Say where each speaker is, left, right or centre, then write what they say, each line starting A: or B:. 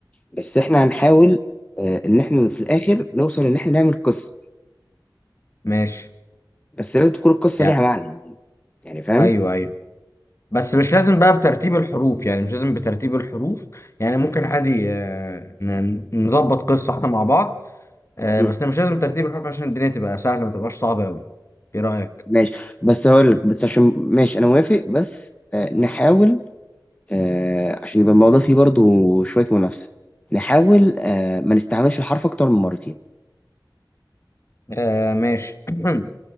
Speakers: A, on the left; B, on the left.
A: بس إحنا هنحاول آه، إن إحنا في الآخر نوصل إن إحنا نعمل قصة
B: ماشي
A: بس لازم تكون القصة
B: يعني
A: ليها معنى يعني يعني فاهم؟
B: ايوه ايوه بس مش لازم بقى بترتيب الحروف يعني مش لازم بترتيب الحروف يعني ممكن عادي آه ن- نظبط قصة احنا مع بعض آه
A: مم.
B: بس مش لازم ترتيب الحروف عشان الدنيا تبقى سهلة ما تبقاش صعبة قوي ايه رأيك
A: ماشي بس هقول لك بس عشان ماشي أنا موافق بس آه، نحاول آه، عشان يبقى الموضوع فيه برضو شوية منافسة نحاول آه، ما نستعملش الحرف أكتر من مرتين
B: آه ماشي <clears throat>